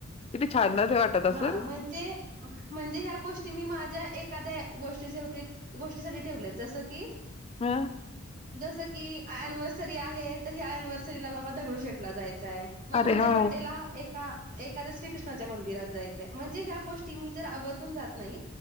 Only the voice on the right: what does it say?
हा म्हणजे ह म्हणजे या गोष्टी मी माझ्या एखाद्या गोष्टीची. तेच गोष्टीसाठी ठेवलंय. जसं की,
जसं की एनवसरी आहे, तर ह्या एनवर श्री ला बाबा दगडूशेठला जायचं आहे. मग
माझ्या
बडेला एका एखाद्या श्रीकृष्णाच्या मंदिरात. जायाच ए या गोष्टी मी जर आवर्जून जात नाही.